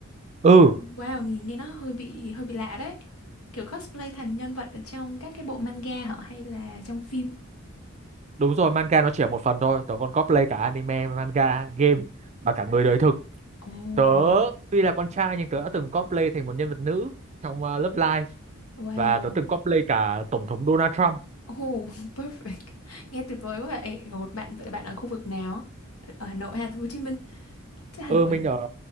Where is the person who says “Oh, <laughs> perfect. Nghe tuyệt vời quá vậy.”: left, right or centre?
Left